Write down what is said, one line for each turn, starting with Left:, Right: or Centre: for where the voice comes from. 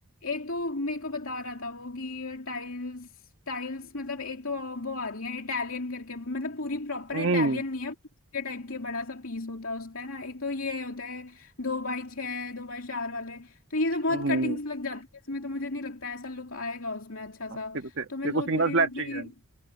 Left: एक तो मेरे को बता रहा था वो कि टाइल्स टाइल्स मतलब एक तो वो आ रही है इटालियन करके मतलब पूरी प्रॉपर
Right: हम्म
Left: इटालियन नहीं है के टाइप के बड़ा सा पीस होता है उसका है ना एक तो ये होता है दो बाई छः दो बाई चार वाले तो ये तो बहुत
Right: हम्म हम्म।
Left: कटिंग्स लग जाती है इसमें तो मुझे नहीं लगता ऐसा लुक आएगा उसमें अच्छा
Right: तेरे
Left: सा
Right: को ते-
Left: तो
Right: तेरे
Left: मैं सोच
Right: को सिंगल
Left: रही
Right: स्लैब
Left: हूँ कि
Right: चाहिए